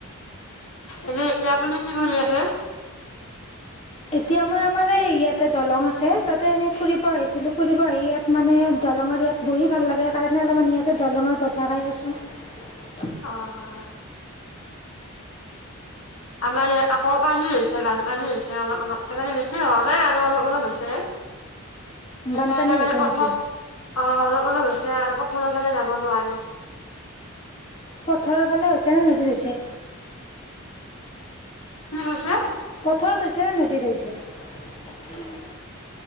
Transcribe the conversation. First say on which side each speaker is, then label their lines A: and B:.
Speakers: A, on the left; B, on the left.
A: এনেপুনি এতিয়া কি কৰি আছে ।
B: এতিয়া মই আমাৰ এই ইয়াতে দলং আছে, তাতে এনেই ফুৰিব আহিছিলো, ফুৰিব আহি ইয়াত মানে দলংৰ ইয়াত। বহি ভাল লাগে সেই কাৰণে অলপমান ইয়াতে দলঙৰ বতাহ খাই আছো।
A: অঁ। আমাৰ ইয়াত আকৌ পানী হৈছে বানপানী হৈছে অলপ অলপ স মানে বেছি হোৱা নাই আৰু অলপ অলপ হৈছে সেইকাৰণে
B: বানপানী হৈছে
A: মানে কথা
B: নেকি
A: অ অলপ অলপ হৈছে আৰু ইফালে সিফালে যাব নোৱাৰি।
B: পথখৰৰ ফালে হৈছে নে নদীত হৈছে।
A: কি কৈছিলে
B: পথাৰত হৈছে নে নদীত হৈছে। উম। <inaudible>